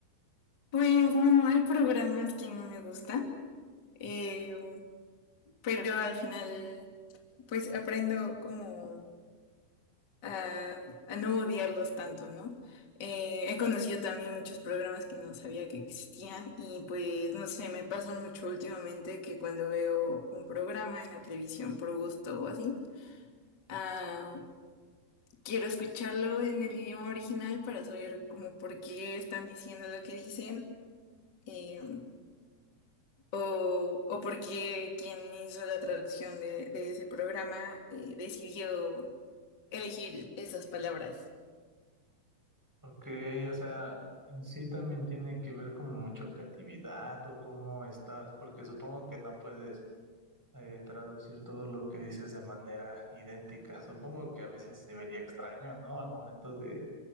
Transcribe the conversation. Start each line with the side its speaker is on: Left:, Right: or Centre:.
Left: Pues no, hay programas que no me gustan, em, pero al final pues aprendo como a, a no odiarlos tanto, ¿no? Eh, he conocido también muchos programas que no sabía que existían y pues no sé, me pasa mucho últimamente que cuando veo un programa en la televisión por gusto o así, ah, Quiero escucharlo en el idioma original para saber como por qué están diciendo lo que dicen eh, o, o por qué quien hizo la traducción de, de ese programa eh, decidió elegir esas palabras.
Centre: Ok, o sea, en sí también tiene que ver como mucho creatividad o cómo estás, porque supongo que no puedes eh, traducir todo lo que dices de manera idéntica. Supongo que a veces se vería extraño, ¿no? Al momento de,